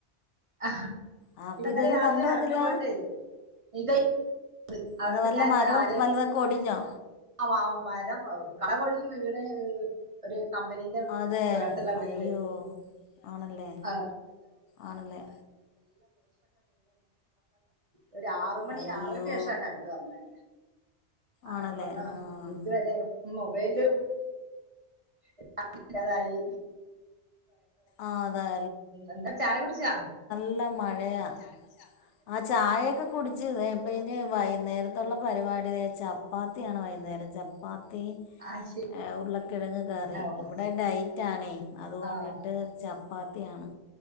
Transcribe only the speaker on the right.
അഹ
ഇന്നരെ
രാത്രി
കരണ്ടു
പോയിട്ടെ ത്, അ അതുകൊണ്ട്
ഞാനിന്ന്
ആരേയും
മാവ് ന്മാര കടപൊഴകി വീണ് ഒരു കമ്പനീന്റെ
ഇടുത്തുള്ള വീട്
<inaudible>
ഒരു ആറ് മണി
ആറരക്ക് ശേഷാ കറണ്ട് വന്നത്, ആടെപ്പന്ന
ഇതുവരെോ ലുംതായി
എന്ത് ചായ കുടിച്ചോ,
അയ്ശ്
ഹാവോ
ആഹ്